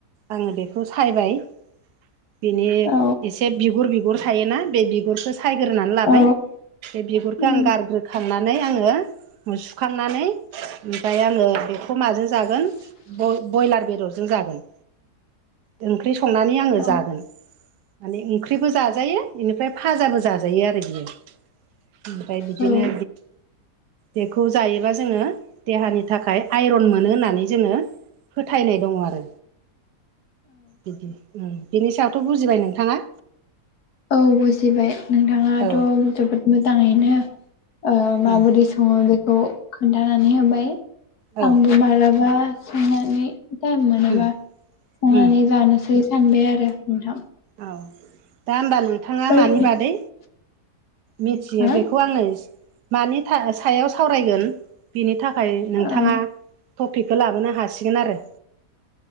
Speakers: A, on the right; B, on the left.
A: आङो बेखौ सायबाय बिनि
B: औ
A: एसे बिगुर बिगुर थायोना बे बिगुरखौ सायग्रोनानै लाबाय
B: औ
A: बे बिगुरखौ
B: उम
A: आं गारग्रोखांनानै आङो सुखांनानै ओमफ्राय आङो बे खौ माजों जागोन ब्रयलार बेदरजों जागोन। ओंख्रि संनानै आङो
B: औ
A: जागोन माने ओंख्रिबो जाजायो बेनिफ्राय फाजाबो जाजायो आरो बियो। ओमफ्राय बिदिनो
B: औ
A: बेखौ जायोबा जोङो देहानि थाखाय आइरन मोनो होननानै जोङो फोथायनाय दङ आरो बिदि बिनि सायावथ' बुजिबाय नोंथाङा।
B: औ बुजिबाय नोंथाङाथ'
A: औ
B: जोबोद मोजाङैनो ओ माबोरै
A: उम
B: सङो बेखौ खोन्थानानै होबाय।
A: औ
B: आंबो मालाबा संनानै टाइम मोनोबा
A: उम
B: संनानै
A: उम
B: जानोसै सानबाय आरो नोंथां।
A: औ दा ओमबा नों नोंथाङा
B: ओरैनो
A: मानि बादै मिथियो
B: हो
A: बेखौ आङो मानि सायाव सावरायगोन बिनि थाखाय नोंथाङा
B: औ
A: टपिकखौ लाबोनो हासिगोन आरो